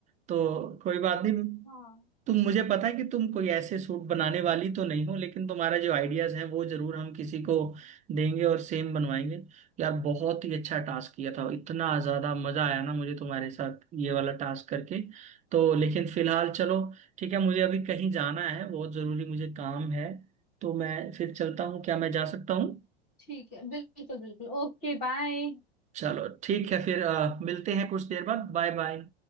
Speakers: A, on the right; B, on the left.
A: तो कोई बात नहीं
B: हाँ
A: तुम मुझे पता है कि तुम कोई ऐसे सूट बनाने वाली तो नहीं हो लेकिन तुम्हारा जो आइडियाज हैं वो जरूर हम किसी को देंगे और सेम बनवाएंगे यार बहुत ही अच्छा टास्क किया था इतना ज्यादा मजा आया ना मुझे तुम्हारे साथ ये वाला टास्क करके तो लेकिन फिलहाल चलो ठीक है मुझे अभी कहीं जाना है बहुत जरूरी मुझे काम है तो मैं फिर चलता हूँ क्या मैं जा सकता हूँ
B: ठीक है बिल्कुल बिल्कुल ओके बाय
A: चलो ठीक है फिर अ, मिलते हैं कुछ देर बाद बाय बाय